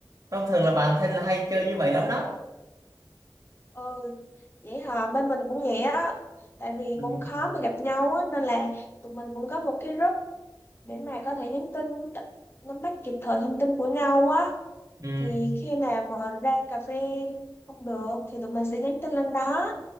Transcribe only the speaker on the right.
Thông thường là bạn thân là hay chơi như vậy lắm đó.
Ừ.
Ừ.